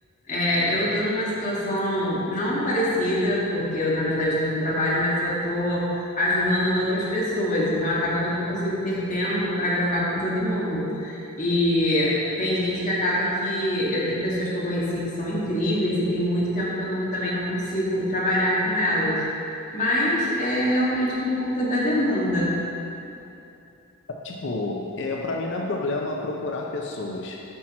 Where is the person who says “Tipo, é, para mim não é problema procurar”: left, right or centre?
Left